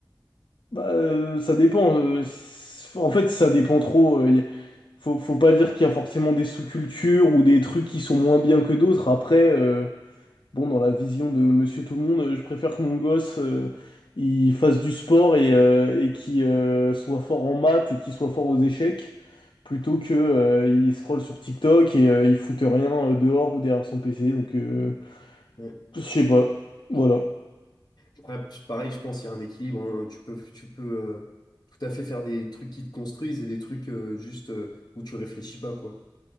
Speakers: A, on the left (about 80°); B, on the left (about 55°).
A: Bah, euh, ça dépend. euh, s- en fait, ça dépend trop. euh, y- faut, faut pas dire qu'il y a forcément des sous-cultures ou des trucs qui sont moins bien que d'autres. Après, euh, bon, dans la vision de Monsieur Tout-le-Monde, euh, je préfère que mon gosse euh, il fasse du sport et, euh, et qu'il euh, soit fort en maths et qu'il soit fort aux échecs, plutôt que euh, il scrolle sur TikTok et euh, il foute rien euh, dehors ou derrière son PC. Donc, euh,
B: Ouais.
A: je sais pas. Voilà.
B: Après, p- pareil, je pense qu'il y a un équilibre. hein. Tu peux, tu peux euh, tout à fait faire des trucs qui te construisent et des trucs euh, juste euh, où tu réfléchis pas, quoi.